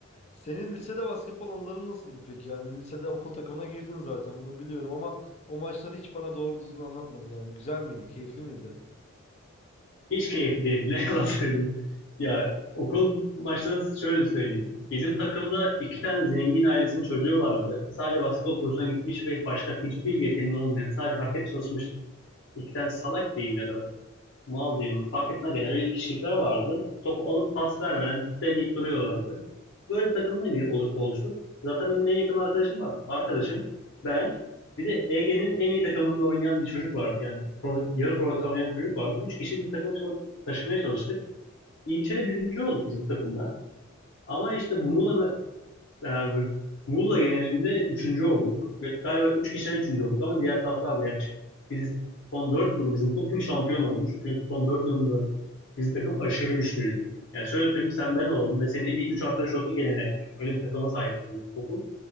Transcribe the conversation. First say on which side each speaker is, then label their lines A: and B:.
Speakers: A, on the left (about 30°); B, on the left (about 60°).
A: Senin lisede basketbol anıların nasıldı peki? Yani lisede okul takımına girdin zaten bunu biliyorum ama o maçları hiç bana doğru düzgün anlatmadın yani. Güzel miydi? Keyifli miydi?
B: Hiç keyifli değildi. <laughs> Ne yalan söyleyeyim. Ya okul maçları şöyle söyleyeyim. Bizim takımda iki tane zengin ailesinin çocuğu vardı. Sadece basketbol kursuna gitmiş ve başka hiçbir yeteneği olmayan, sadece hareket çalışmış iki tane salak diyeyim ya da mal diyeyim fark etmez yani öyle kişilikler vardı. Topu alıp pas vermeden deneyip duruyorlardı. Böyle bir takımla il- ol- oluştuk. Zaten benim en yakın arkadaşım var. Arkadaşım ben bir de Ege'nin en iyi takımında oynayan bir çocuk vardı. Yani pro- yarı profesyonel oynayan bir çocuk vardı. Üç kişi biz takımı çal- taşımaya çalıştık. İlçede birinci olduk bizim takımla. Ama işte Muğla, e, Muğla genelinde üçüncü olduk. Ve galiba üç kişiden üçüncü olduk ama diğer taraflar da yani çıktı. Biz son dört yılda bizim okul tüm şampiyon olmuş. Çünkü son dört yılında Bizim takım aşırı güçlüydü. Yani şöyle söyleyeyim sen ben olalım ve senin en iyi 3 arkadaş olsun gene yani. Öyle bir takıma sahip bu okul.